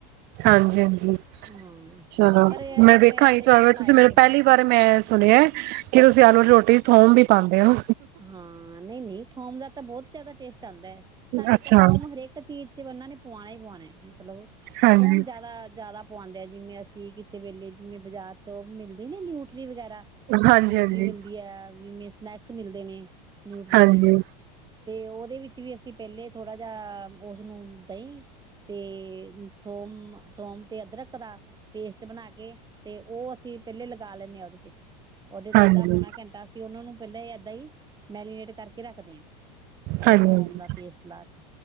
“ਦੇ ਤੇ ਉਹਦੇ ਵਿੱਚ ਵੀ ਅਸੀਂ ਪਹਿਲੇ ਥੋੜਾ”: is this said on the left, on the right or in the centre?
Right